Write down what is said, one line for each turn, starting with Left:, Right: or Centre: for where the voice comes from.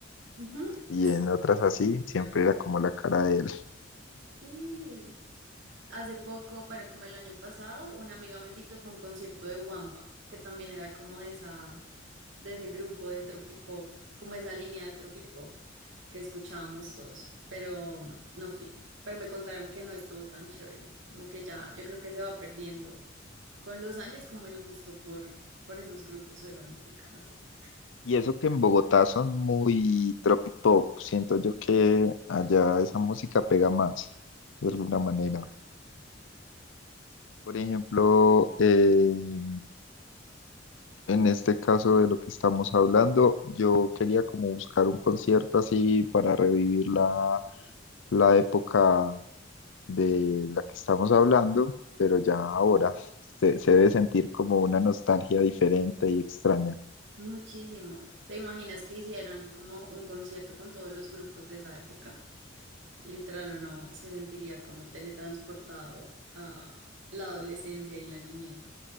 Right: Ujú.
Left: y
Right: Sí,
Left: en otras
Right: yo
Left: así,
Right: creo mucho
Left: siempre
Right: de esa canción.
Left: era como la cara de él.
Right: Sí. Hace poco, bueno, como el año pasado, una amiga me invitó, fue a un concierto de Wamba, que también era como de esa, de ese grupo de tropipop, como esa línea de tropipop que escuchábamos todos, pero mm, no fui. Pero me contaron que no estuvo tan chévere, como que ya, yo creo que se va perdiendo con los años como el gusto por, por esos grupos o esa música, no sé.
Left: Y eso que en Bogotá son muy tropipop, siento yo que
Right: Ah,
Left: allá esa música pega más, de alguna
Right: sí,
Left: manera.
Right: total.
Left: Por ejemplo, eh, en este caso de lo que estamos hablando, yo quería como buscar un concierto así para revivir la, la época de la que estamos hablando, pero ya ahora <laughs> se, se debe sentir como una nostalgia diferente y extraña.
Right: Muchísimo. ¿Te imaginas que hicieran como un concierto con todos los grupos de esa época? Literal o no, se sentiría como teletransportado a la adolescencia y la niñez.